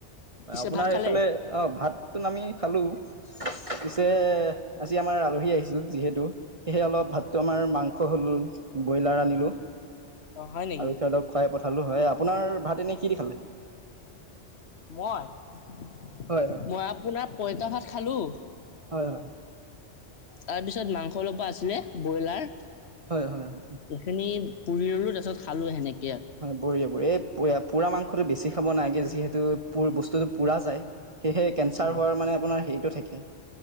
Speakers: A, on the right; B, on the left.
A: হয়
B: পিছে
A: আপোনাৰ
B: ভাত খালে
A: এইফালে অ' ভাত তো আমি খালো পিছে আজি আমাৰ আলহী আহিছিল যিহেতু সেয়েহে অলপ ভাতটো আমাৰ মাংস হ'ল ব্ৰইলাৰ আনিলোঁ
B: অ হয় নেকি
A: আৰু সিহতক খুৱাই পঠালো হয় আপোনাৰ ভাত এনে কি দি খালে
B: মই মই
A: হয় হয়
B: আপোনাৰ পইতা ভাত খালো
A: হয় হয়।
B: তাৰপিছত মাংস অলপো আছিলে ব্ৰইলাৰ
A: হয় হয় হয় হয়
B: এইখিনি পুৰি ল'লো তাৰপিছত খালো হেনেকে
A: হয় বঢ়িয়া বঢ়িয়া এই পোৰা মাংসটো বেছি খাব নাইগে যিহেতু পুৰ বস্তুটো পুৰা যায়। সেয়েহে কেন্ঞ্চাৰ
B: অ
A: হোৱাৰ মানে আপোনাৰ হেৰিটো থাকে